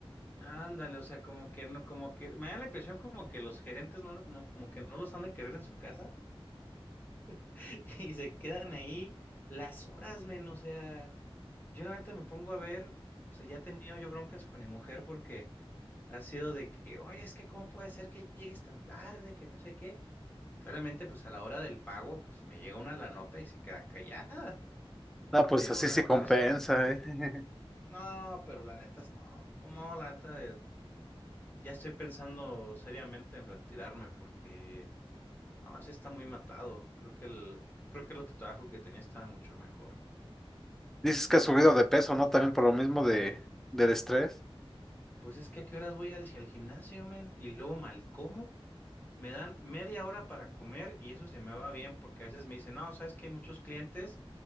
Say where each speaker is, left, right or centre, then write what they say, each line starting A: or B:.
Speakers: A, on the left; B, in the centre.
A: ándale, o sea, como que no, como que me da la impresión como que los gerentes no, no, como que no los han de querer en su casa <laughs> y se quedan ahí las horas, men. O sea, yo la neta me pongo a ver, o sea, ya he tenido yo broncas con mi mujer porque ha sido de que, oye, es que cómo puede ser que llegues tan tarde, que no sé qué. Claramente, pues a la hora del pago, pues me llega una la nota y se queda callada.
B: No, pues
A: Pero
B: así
A: la
B: sí
A: neta,
B: compensa,
A: o sea,
B: ¿eh? <laughs>
A: no, pero la neta, es- no, no, no, la neta, eh, ya estoy pensando seriamente en retirarme porque, no, sí está muy matado. Creo que el, creo que el otro trabajo que tenía estaba mucho mejor.
B: Dices que has subido de peso, ¿no? También por lo mismo de, del estrés.
A: Pues es que a qué horas voy al, al gimnasio, men, y luego mal como. Me dan media hora para comer y eso se me va bien porque a veces me dicen, no, sabes que hay muchos clientes,